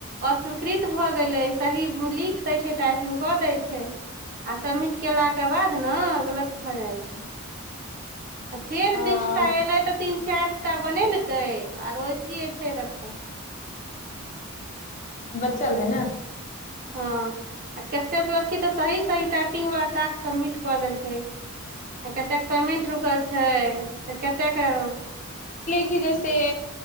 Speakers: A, on the right; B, on the left.
A: अस्वीकृत भऽ गेलै सही लिख दै छै टाइपिंग कऽ दै छै आ सबमिट केलाके बाद न गलत भऽ जाइ छै फेर
B: अ
A: बीस टा एयलै तऽ तीन चार कुत्ता बनेलकै आर ओऐसे छै रखल
B: चल है ने
A: हँ आ कतेक लड़की तऽ सही सही टाइप पिंग बला टास्क समिट क देलकै केतेक पेमेंट रुक्ल छै तऽ कतेक के
B: की दय से